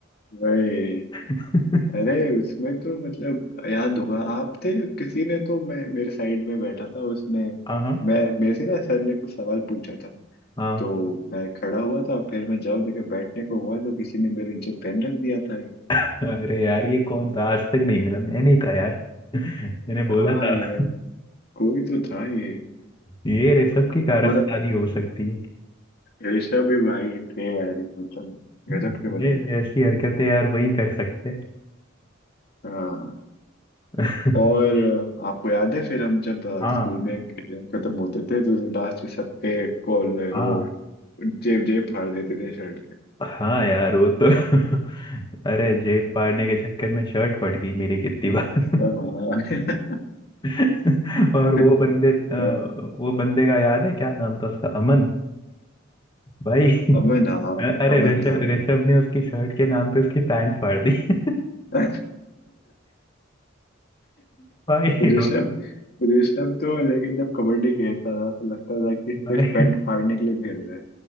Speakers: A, on the left; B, on the left.
A: वही
B: <laughs>
A: अरे उसमें तो मतलब याद होगा आप थे किसी ने तो मैं मेरे साइड में बैठा था उसने
B: हाँ हाँ
A: मैं मेरे से ना सर ने कुछ सवाल पूछा था
B: हाँ
A: तो मैं खड़ा हुआ था फिर मैं जवाब देके बैठने को हुआ तो किसी ने मेरे नीचे पेन रख दिया था एक।
B: अरे यार ये कौन था आज तक नहीं मिला मैं नहीं था यार <laughs> मैंने
A: हाँ
B: बोला था <laughs>
A: ये कोई तो था ये
B: ये रेशम की कारस्तानी
A: और
B: हो सकती है
A: ऋषभ भी भाई थे यार ये मतलब
B: ये
A: गजब के बंदे थे
B: ये ऐसी हरकतें यार वही कर सकते हैं।
A: हाँ
B: <laughs>
A: और आपको याद है फिर हम जब अ,
B: हाँ
A: स्कूल में एग्जाम खत्म होते थे तो लास्ट में सबके कॉलर
B: हाँ
A: वो जेब जेब फाड़ देते थे शर्ट के
B: हाँ यार वो तो <laughs> अरे जेब फाड़ने के चक्कर में शर्ट फट गई मेरी कितनी बार
A: सब हाँ
B: <laughs>
A: <laughs>
B: और वो बंदे अ,
A: सब
B: वो बंदे का याद है क्या नाम था उसका अमन भाई <laughs>
A: अमन हाँ
B: अ- अरे
A: अमन
B: ऋषभ
A: हाँ
B: ऋषभ ने उसकी शर्ट के नाम पे उसकी पैंट फाड़ दी <laughs>
A: <laughs>
B: भाई
A: ऋषभ
B: रो
A: ऋषभ तो लेकिन जब कबड्डी खेलता था तो लगता था कि
B: भाई
A: सिर्फ पैंट फाड़ने के लिए खेल रहे हैं